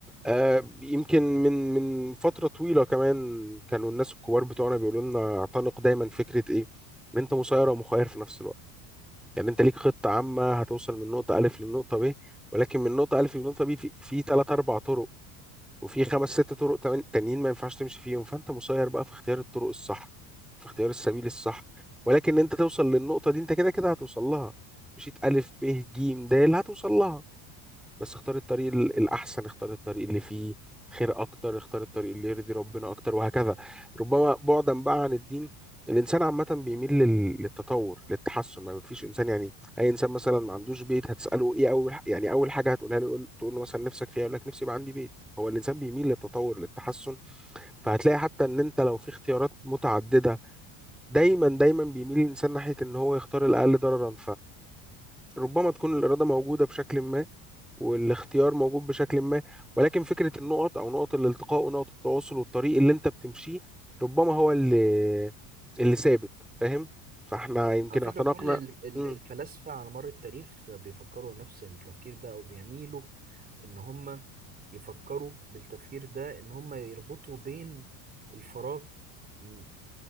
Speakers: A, in the centre; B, on the right.
A: آه يمكن من من فترة طويلة كمان كانوا الناس الكبار بتوعنا بيقولوا لنا اعتنق دايما فكرة ايه ان انت مسير ومخير في نفس الوقت يعني انت ليك خطة عامة هتوصل من نقطة ألف للنقطة ب ولكن من نقطة ألف للنقطة ب في في تلات أربع طرق وفي خمس ست طرق تمان- تانيين ما ينفعش تمشي فيهم فانت مسير بقى في اختيار الطرق الصح في اختيار السبيل الصح ولكن انت توصل للنقطة دي انت كده كده هتوصل لها مشيت ألف ب ج د هتوصل لها بس اختار الطريق ال- الأحسن اختار الطريق اللي فيه خير أكتر اختار الطريق اللي يرضي ربنا أكتر وهكذا ربما بعدا بقى عن الدين الإنسان عامة بيميل لل- للتطور للتحسن ما فيش إنسان يعني أي إنسان مثلا ما عندوش بيت هتسأله إيه أول ح- يعني أول حاجة هتقولها له يقول- تقول له مثلا نفسك فيها يقول لك نفسي يبقى عندي بيت هو الإنسان بيميل للتطور للتحسن فهتلاقي حتى إن أنت لو في اختيارات متعددة دايما دايما بيميل الإنسان ناحية إن هو يختار الأقل ضررا فربما تكون الإرادة موجودة بشكل ما والاختيار موجود بشكل ما ولكن فكرة النقط أو نقط الالتقاء ونقط التواصل والطريق اللي أنت بتمشيه ربما هو اللي اللي ثابت فاهم فاحنا يمكن
B: على فكرة
A: اعتنقنا
B: كل ال- ال-
A: مم.
B: الفلاسفة على مر التاريخ بيفكروا نفس التفكير ده أو بيميلوا إن هم يفكروا بالتفكير ده إن هم يربطوا بين الفراغ م-